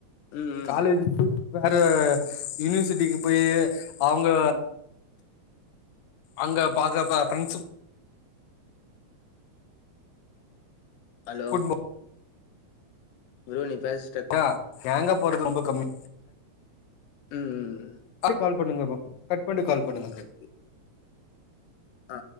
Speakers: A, on the left; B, on the left.
A: ம் ம்
B: காலேஜு டு வேற யூனிவர்சிட்டிக்கு போயி அவுங்க
A: ம்
B: அங்க பாக்க ப பிரின்சு
A: ஹலோ
B: கூட்டு போ
A: குட்வினிங் ஃபேஸ்
B: கே ஆ கேங்கா போறது ரொம்ப கம்மி
A: ம் ம் ம்
B: கால் பண்ணுங்க போ கட் பண்ணிட்டு கால் பண்ணுங்க
A: ஓகே ஆ